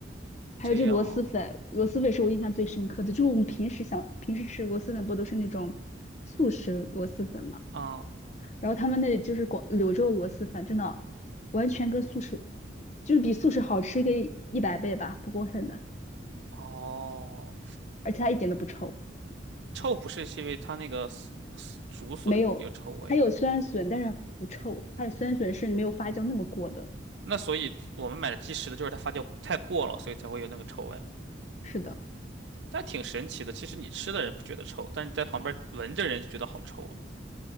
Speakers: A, on the left; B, on the right.
A: 还有就螺蛳粉，
B: 这样，
A: 螺蛳粉是我印象最深刻的，就是我们平时想平时吃螺蛳粉不都是那种速食螺蛳粉嘛？
B: 嗯，
A: 然后他们那里就是广柳州螺蛳粉，真的完全跟速食就是比速食好吃个一百倍吧，不过分的，
B: 哦，
A: 而且它一点都不臭，
B: 臭不是是因为它那个笋笋竹笋有臭味，
A: 没有，它有酸笋，但是不臭，它的酸笋是没有发酵那么过的。
B: 那所以我们买的即食的就是它发酵太过了，所以才会有那个臭味，
A: 是的，
B: 但挺神奇的。其实你吃的人不觉得臭，但是你在旁边闻着人就觉得好臭啊！